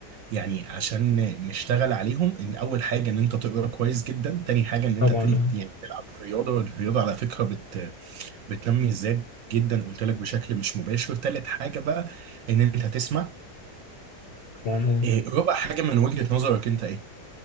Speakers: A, on the right; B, on the left.
A: يعني عشان نشتغل عليهم ان اول حاجه ان انت تقرا كويس جدا تاني حاجه ان انت
B: طبعا
A: تل...
B: اه
A: يعني تلعب رياضه والرياضه على فكره بت... بتنمي الذات جدا قلت لك بشكل مش مباشر تالت حاجه بقى ان انت تسمع
B: طبعا اه
A: إيه رابع حاجه من وجهه نظرك انت ايه